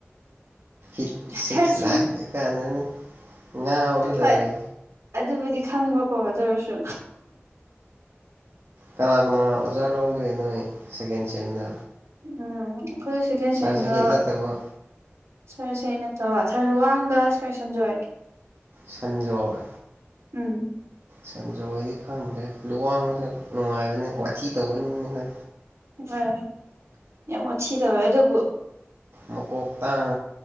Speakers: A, on the right; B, on the right.
A: ꯤ ꯁꯤꯛꯁ
B: ꯊꯥꯔꯠꯁꯦ
A: ꯂꯥꯛ ꯀꯥꯟꯗꯅꯦ ꯉꯥꯒꯗꯧꯔꯤ
B: ꯍꯣꯏ ꯑꯗꯨꯕꯨꯗꯤ ꯈꯪꯕꯀꯣ ꯑꯗꯨꯧꯔꯁꯨ
A: ꯀꯅꯥ ꯀꯅꯥ ꯑꯣꯖꯥ ꯂꯧꯒꯦ ꯅꯣꯏ ꯁꯦꯀꯦꯟ ꯁꯦꯝꯗ
B: ꯎꯝ ꯑꯩꯈꯣꯏ ꯁꯦꯀꯦꯟ
A: ꯁꯥꯏꯟꯁꯇ
B: ꯁꯦꯝꯗ
A: ꯍꯤꯠ ꯅꯠꯇꯕ
B: ꯁꯔꯁꯦ ꯅꯠꯇꯕ ꯁꯥꯔ ꯂꯨꯋꯥꯡꯗ ꯁꯤꯔꯣꯏ ꯁꯟꯖꯣꯏꯒꯦ
A: ꯁꯟꯖꯣꯏ
B: ꯎꯝ
A: ꯁꯟꯖꯣꯏꯗꯤ ꯈꯪꯗ꯭ꯔꯦ ꯂꯨꯋꯥꯡꯅꯁꯨ ꯅꯨꯡꯉꯥꯏꯕꯅꯦ ꯋꯥꯊꯤ ꯇꯧꯒꯅꯤꯅꯤꯅ
B: ꯍ ꯌꯥꯝ ꯑꯣꯠꯊꯤ ꯇꯧꯋꯦ ꯑꯗꯨꯕꯨ
A: ꯃꯀꯇ